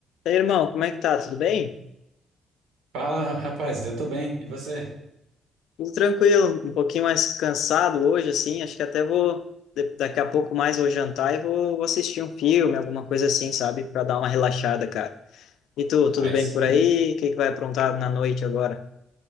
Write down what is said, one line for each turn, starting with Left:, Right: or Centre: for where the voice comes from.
Left: E aí, irmão, como é que tá? Tudo bem?
Right: Fala, rapaz, eu tô bem. E você?
Left: Tudo tranquilo, um pouquinho mais cansado hoje, assim. Acho que até vou, de- daqui a pouco mais vou jantar e vou, vou assistir um filme, alguma coisa assim, sabe? Pra dar uma relaxada, cara. E tu, tudo
Right: Aí
Left: bem
Right: sim,
Left: por aí?
Right: hein?
Left: O que que vai aprontar na noite agora?